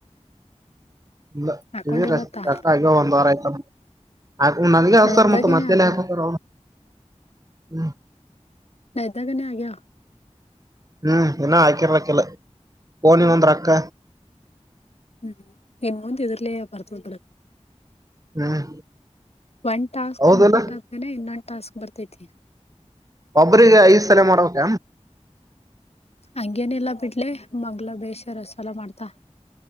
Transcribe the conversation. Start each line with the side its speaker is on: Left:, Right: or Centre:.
Right: ಇಲ್ಲ
Left: ಹಾಕೊಂಡಿಲ್ಲತ್ತ
Right: ರೊಕ್ಕ ಆಗಿ ಒಂದ್ವಾರ ಆಯ್ತ. <unintelligible>
Left: ನಾ ಇದ್ದಾಗೇನೆ ಆಗ್ಯ ನನ್ನ ಇದ್ದಗೇನೇ ಆಗೈವ್
Right: ಹ್ಮ್ ಇನ್ನ ಹಾಕಿರ್ಲಕ್ಕಲ್ಲ ಫೋನಿನ್ ಒಂದ್ ರೊಕ್ಕ.
Left: ಹ್ಮ್ ಇನ್ನೊಂತ ಎದುರ್ಲಾ <unintelligible>
Right: ಹ್ಮ್
Left: ಒಂದ್ ಟಾಸ್ಕ್
Right: ಹೌದಿಲ್ಲ
Left: ಕಂಪ್ಲೀಟ್ ಆದ್ಮೇನೆ ಇನ್ನೊಂದು ಟಾಸ್ಕ್ ಬರ್ತೈತಿ.
Right: ಒಬ್ಬ್ರಿಗೆ ಐದು ಸಲ ಮಾಡ್ಬೇಕ.
Left: ಹಂಗೇನಿಲ್ಲಾ ಬಿಡ್ಲೆ ಮಗ್ಲ ಬೇಷರಸಲ ಮಾಡ್ತಾ.